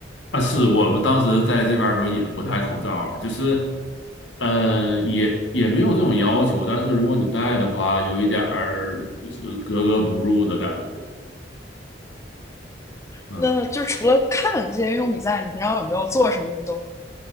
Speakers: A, on the left; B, on the left.
A: 啊，是我们当时在这边儿的时候也不戴口罩儿，就是嗯，也也没有这种要求，但是如果你带的话，有一点儿就是格格不入的感觉。嗯，
B: 那就除了看这些运动比赛，你平常有没有做什么运动？